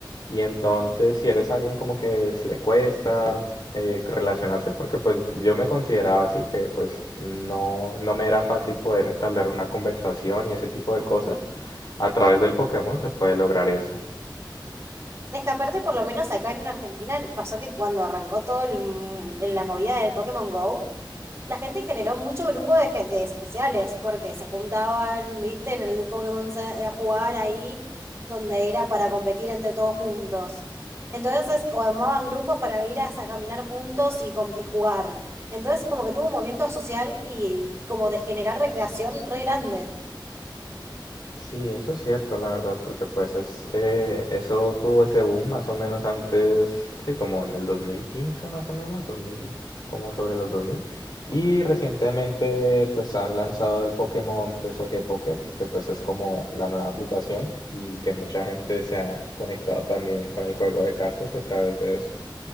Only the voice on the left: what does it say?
Y entonces, si eres alguien como que es- le cuesta eh, relacionarse, porque pues yo me consideraba así, que pues no, no me era fácil poder entablar una conversación y ese tipo de cosas, a través del Pokémon se puede lograr eso.
Sí, eso es cierto, la verdad, porque pues es, eh, eso tuvo ese boom más o menos antes, sí, como en el 2015 más o menos, 2000, como sobre los 2000. Y recientemente pues han lanzado el Pokémon TCG Pocket, que pues es como la nueva aplicación y que mucha gente se ha conectado también con el juego de cartas a través de eso.